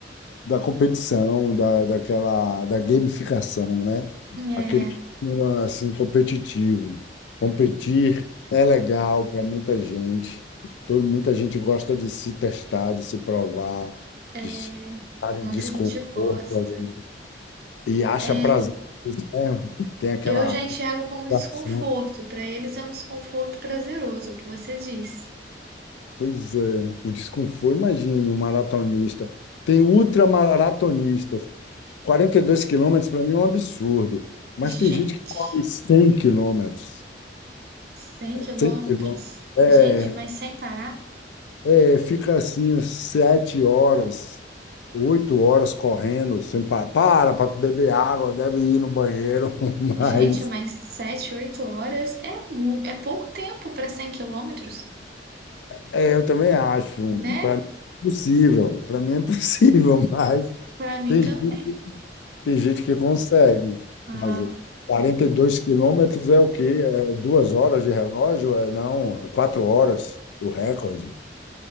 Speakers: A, on the left (about 85°); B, on the right (about 60°).
A: da competição, da, daquela, da gamificação, né?
B: É,
A: Aquele clima, assim, competitivo. Competir é legal para muita gente. Todo, muita gente gosta de se testar, de se provar,
B: É,
A: de estar em
B: muita
A: desconforto
B: gente gosta.
A: ali, e acha
B: É,
A: prazer. nisso, né? Tem aquela
B: eu já enxergo como desconforto.
A: ação.
B: Para eles é um desconforto prazeroso, é o que você disse.
A: Pois é, o desconforto, imagine um maratonista. Tem ultramaratonistas. 42 quilômetros para mim é um absurdo, mas
B: Gente,
A: tem gente que corre 100 quilômetros.
B: 100 quilômetros.
A: 100 quilômetros. É,
B: Gente, mas sem parar?
A: é, fica assim, uns sete horas, oito horas correndo, sem pa- para para beber água, deve ir no banheiro, <laughs> mas
B: Gente, mas 7 8 horas é, mu- é pouco tempo para 100 quilômetros,
A: é, eu também acho,
B: né?
A: para mim é possível, para mim é possível, <laughs> mas
B: Para mim
A: tem
B: também.
A: gente Tem gente que consegue
B: Ah,
A: fazer. quarenta e dois quilômetros é o quê? É duas horas de relógio? É, não, é quatro horas o recorde,